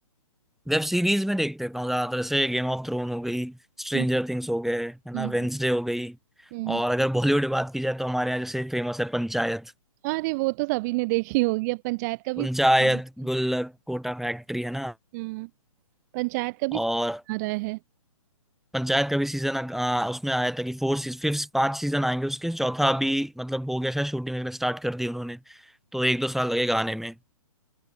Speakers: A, in the centre; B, on the right.
A: वेब सीरीज में देख लेता हूँ ज्यादातर से गेम ऑफ थ्रोन हो गई स्ट्रेंजर
B: हम्म
A: थिंग्स हो गए है ना
B: हम्म हम्म।
A: वेंसडे हो गई
B: हम्म।
A: और अगर बॉलीवुड बात की जाए तो हमारे यहाँ जैसे फेमस है पंचायत
B: अरे वो तो सभी ने देखी होगी अब पंचायत का भी
A: पंचायत
B: <laughs>
A: गुल्लक कोटा फैक्ट्री है ना
B: हम्म पंचायत का भी समझ
A: और
B: आ रहा है
A: पंचायत का भी सीजन उसमें आया था कि फोर फिफ्थ पांच सीजन आएंगे उसके चौथा अभी मतलब हो गया शायद शूटिंग वगैरह स्टार्ट कर दी उन्होंने तो एक दो साल लगेगा आने में